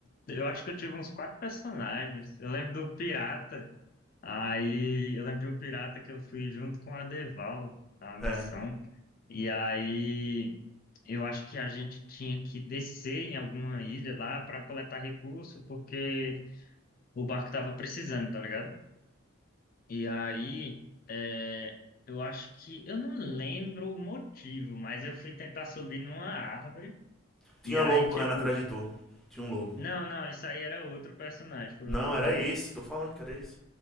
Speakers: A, on the left (about 40°); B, in the centre.
A: Eu, eu acho que eu tive uns quatro personagens. Eu lembro do Pirata. Aí eu lembro de um pirata que eu fui junto com a Deval, a missão.
B: É.
A: E aí eu acho que a gente tinha que descer em alguma ilha lá para coletar recurso, porque. o barco tava precisando, tá ligado? E aí, é, eu acho que, eu não lembro o motivo, mas eu fui tentar subir numa árvore,
B: Tinha
A: e aí,
B: lobo correndo
A: tipo,
B: atrás de tu. Tinha um lobo.
A: não, não, isso aí era outro personagem, foi
B: Não,
A: outra
B: era
A: morte.
B: esse. Tô falando que era esse.